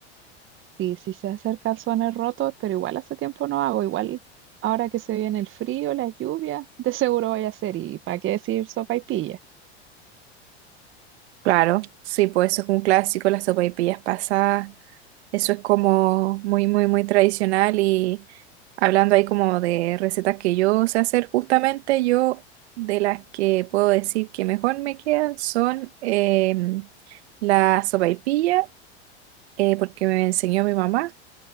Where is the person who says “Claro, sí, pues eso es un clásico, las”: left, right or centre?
Right